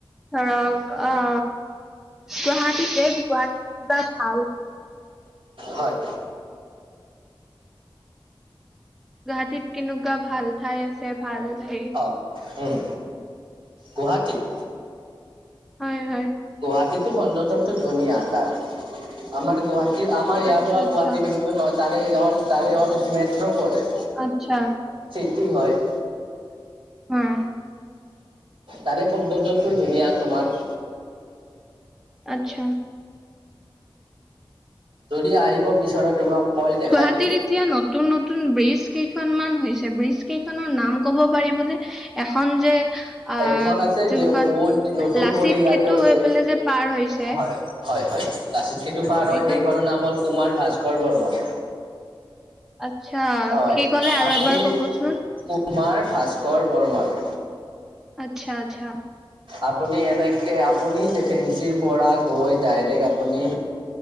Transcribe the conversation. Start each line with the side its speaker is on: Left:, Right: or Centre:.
Centre: ধৰক অ' গুৱাহাটীতে গুৱাহাটীত ভাল
Right: হয়।
Centre: গুৱাহাটীত কেনেকুৱা ভাল ঠাই আছে ভাল হেৰি
Right: অ'। উম। গুৱাহাটীত
Centre: হয়, হয়।
Right: গুৱাহাটীটো সৌন্দৰ্যটো ধুনীয়া তাৰ, আমাৰ গুৱাহাটী আমাৰ ইয়াৰ
Centre: আচ্ছা
Right: পৰা
Centre: আচ্ছা
Right: গুৱাহাটী বহু নহয় তাৰে হ'ল তাৰে হ'ল মেট্ৰ' পৰে
Centre: আচ্ছা
Right: চিটি হয়।
Centre: উম।
Right: তাৰে সৌন্দৰ্যটো ধুনীয়া তোমাৰ।
Centre: আচ্ছা।
Right: যদি আহিব বিচৰা তোমাক মই দেখাই
Centre: গুৱাহাটীৰ
Right: দিম
Centre: এতিয়া নতুন নতুন ব্ৰীজ কেইখনমান হৈছে ব্ৰীজ কেইখনৰ নাম ক'ব পাৰিবনে এখন যে অ'
Right: এইখন আছে
Centre: যোনখন
Right: বহুত নতুন
Centre: লাচিত
Right: কৰি ইয়াতে
Centre: সেতু
Right: হৈছে।
Centre: হৈ পেলাই যে পাৰ হৈছে,
Right: হয়। হয়, হয়, লাচিত সেতু পাৰ
Centre: সেইখন
Right: হৈ সেইখনৰ নাম হ'ল কুমাৰ ভাস্কৰ বৰ্মন।
Centre: আচ্ছা,
Right: হয়
Centre: কি কলে আৰু
Right: আপুনি
Centre: এবাৰ কবচোন?
Right: কুমাৰ ভাস্কৰ বৰ্মন।
Centre: আচ্ছা, আচ্ছা।
Right: আপুনি এনেকে আপুনি যে ফেঞ্চিৰ পৰা গৈ ডাইৰেক্ট আপুনি,